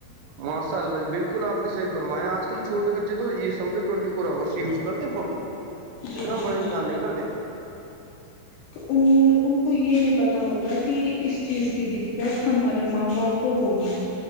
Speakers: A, on the right (about 85°); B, on the left (about 70°).
A: ماشاء اللہ بالکل بالل آپ صحی فرایا آجل چھوے بچے تو یہ سمجو ٹوینٹی فور آورس یوز کرتے فون کو
B: جی
A: اتنا
B: جی
A: بڑا انسان
B: جی
A: نہیں کرتے
B: تو ان ان کو یہ نہیں پتا ہوتا کہ اس چیز کی دق کٹ ہمارے ماں باپ کو ہوگی